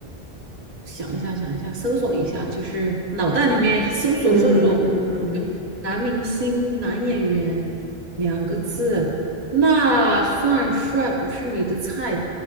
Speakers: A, on the right; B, on the right.
A: 想一下，想一下，搜索一下，就是脑袋里面搜索搜索
B: 嗯嗯嗯嗯
A: 男明星、男演员两个字，那算帅不是你的菜。